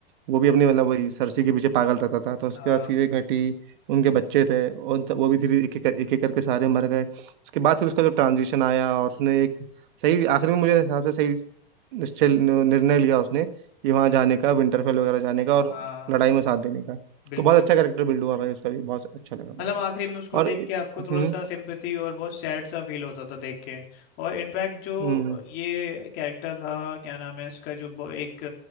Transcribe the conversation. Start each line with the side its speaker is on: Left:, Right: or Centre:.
Right: वो भी अपनी मतलब वही सरसी के पीछे पागल रहता था तो उसके
Left: हाँ
Right: बाद चीज़ें घटी उनके बच्चे थे और उन- वो भी धीरे एक एक एक एक करके सारे मर गए उसके बाद फिर उसका जो ट्रांजिशन आया और उसने एक सही आखिर में मुझे हिसाब से सही निश्चय निर्णय लिया उसने कि वहाँ
Left: हाँ
Right: जाने का विंटरफेल वगैरह जाने का और
Left: हाँ
Right: लड़ाई में साथ देने का
Left: बिल्कुल
Right: तो बहुत अच्छा कैरेक्टर बिल्ड हुआ भाई उसका भी बहुत अच्छा लगा मेरे
Left: मतलब
Right: को
Left: आखिरी में उसको देख
Right: और
Left: के आपको थोड़ा
Right: हम्म
Left: सा सिंपैथी और बहुत सैड सा फील होता था देख के और इनफैक्ट जो
Right: हम्म
Left: ये कैरेक्टर था क्या नाम है इसका जो ब- एक